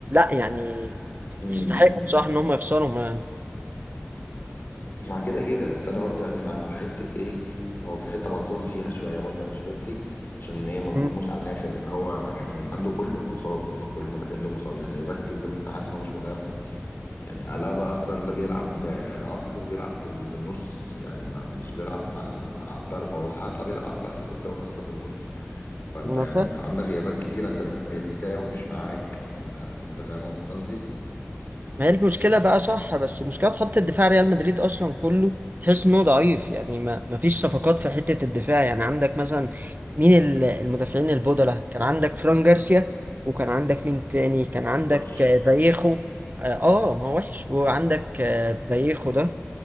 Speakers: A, on the right; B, on the left.
A: يعني
B: مم.
A: يستحقوا بصراحه ان هم يخسروا ما
B: مع كده كده بس أنا برضه يعني مع حتة إيه هو في حتة مظلوم فيها شوية برضه أنشيلوتي عشان إيه مظلوموش
A: مم.
B: على الآخر لأن هو يعني عنده كله مصاب يعني كل المدافعين دول مصاب يعني فاسكيز ده أنت عارف إن هو مش مدافع يعني قلبة أصلا ده بيلعب آه، أصله بيلعب في ال- في النص يعني ما مش بيلعب على على الطرف هو ساعات آه بيلعب على الطرف بس هو أصله في النص فانت
A: اهو
B: يعني عندك غيابات كتيره انت بتاعه مش معاك انت انت فاهم قصدي
A: ما هي المشكلة بقى صح بس المشكلة في خط الدفاع ريال مدريد أصلا كله تحس إنه ضعيف يعني ما ما فيش صفقات في حتة الدفاع يعني عندك مثلا مين ال- المدافعين البودلة كان عندك فران جارسيا وكان عندك مين تاني
B: أيوة.
A: كان عندك
B: وحش
A: آه، فايخو آه آه، ما هو وحش وعندك آه، فايخو ده